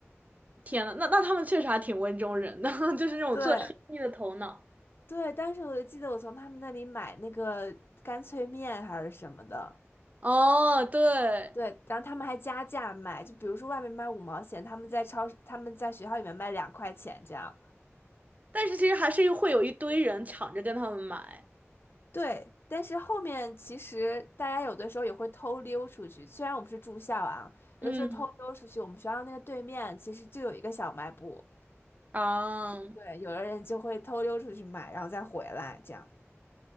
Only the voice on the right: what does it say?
天呐，那那他们确实还挺温州人的，<laughs> 就是那种做生意的头脑。
哦，对，
但是其实还是会有一堆人抢着跟他们买。
嗯，
啊。